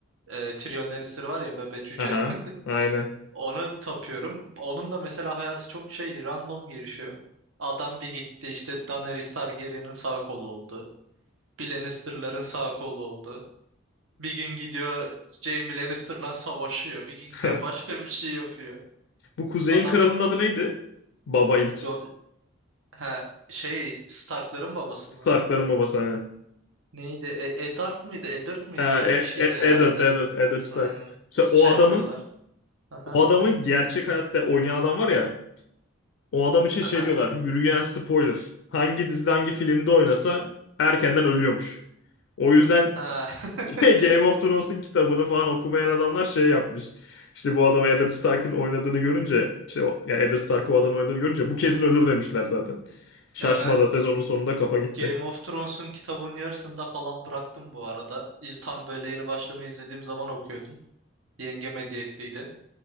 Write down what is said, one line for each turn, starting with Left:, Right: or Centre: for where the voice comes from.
Right: e, Tyrion Lannister var ya bebe cüce.
Left: Aha, aynen.
Right: <laughs> Onu tapıyorum. Onun da mesela hayatı çok şey random gelişiyor. Adam bir gitti işte Daenerys Targaryen'in sağ kolu oldu. Bir Lannister'ların sağ kolu oldu. Bir gün gidiyor Jaime Lannister'la savaşıyor. Bir gün
Left: <laughs>
Right: gidiyor başka bir şey yapıyor.
Left: Bu Kuzey'in
Right: Adam
Left: kralının adı neydi? Baba ilk.
Right: Jo- ha, şey Stark'ların babası
Left: Stark'ların
Right: mı?
Left: babası aynen.
Right: Neydi? E- Eddard mıydı? Eddard mıydı?
Left: Ha,
Right: Öyle
Left: e,
Right: bir şeydi
Left: e,
Right: herhalde.
Left: Eddard, Eddard, Eddard Stark.
Right: Hmm,
Left: Mesela
Right: şey
Left: o adamın
Right: yapıyorlar. Aha.
Left: o adamın gerçek hayatta oynayan adam var ya. O adam için
Right: Aha.
Left: şey diyorlar. Yürüyen spoiler. Hangi dizide hangi filmde oynasa erkenden ölüyormuş. O yüzden
Right: Ha. <laughs>
Left: <laughs> Game of Thrones'un kitabını falan okumayan adamlar şey yapmış. İşte bu adamı Eddard Stark'ın oynadığını görünce işte o, yani Eddard Stark o adamı oynadığını görünce bu kesin ölür demişler zaten. Şaşmada
Right: Ya ben
Left: sezonun sonunda kafa gitti.
Right: Game of Thrones'un kitabının yarısında falan bıraktım bu arada. İz, tam böyle yeni başlamayı izlediğim zaman okuyordum. Yengem hediye ettiydi.